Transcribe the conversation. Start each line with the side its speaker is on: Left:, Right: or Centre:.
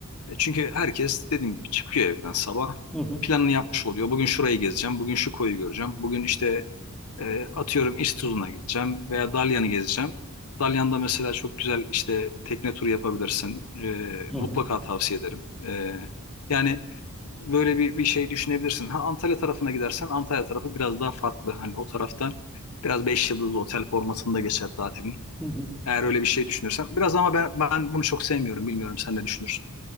Left: E, Çünkü herkes dediğim gibi çıkıyor evden sabah
Centre: hı hı,
Left: planını yapmış oluyor. Bugün şurayı gezeceğim, bugün şu koyu göreceğim, bugün işte e, atıyorum İztuzu'na gideceğim veya Dalyan'ı gezeceğim. Dalyan'da mesela çok güzel işte tekne turu yapabilirsin. E,
Centre: hı
Left: mutlaka
Centre: hı,
Left: tavsiye ederim. E, yani böyle bir, bir şey düşünebilirsin. Ha, Antalya tarafına gidersen Antalya tarafı biraz daha farklı. Hani o tarafta biraz beş yıldızlı otel formatında geçer tatilin.
Centre: hı hı.
Left: Eğer öyle bir şey düşünürsen. Biraz ama ben, ben bunu çok sevmiyorum. Bilmiyorum sen ne düşünürsün?